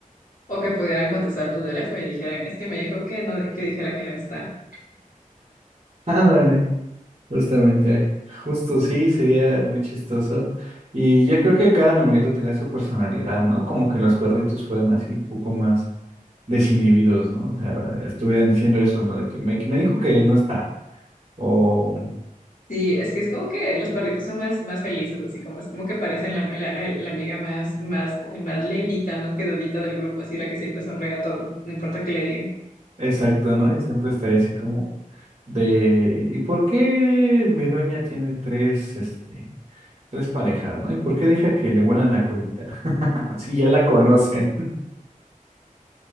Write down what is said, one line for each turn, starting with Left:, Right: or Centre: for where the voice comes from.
Left: O que pudieran contestar tu teléfono y dijeran, es que me dijo que no, que dijera que no está.
Right: Ándale. Justamente, justo sí, sería muy chistoso. Y yo creo que cada animalito tenía su personalidad, ¿no? Como que los perritos fueran así un poco más desinhibidos, ¿no? O sea, estuvieran diciendo eso, ¿no? De que me, me dijo que no está. O
Left: Sí, es que es como que los perritos son más, más felices, así como es como que parecen la, la- la amiga más, más, más lelita, más quedadita del grupo, así la que siempre sonríe a todo, no importa qué le digan.
Right: exacto, ¿no? Y siempre estaría así como de, ¿y por qué mi dueña tiene tres, este, tres parejas, ¿no? ¿Y por qué deja que le huelan la colita? <laughs> Así ya la conocen.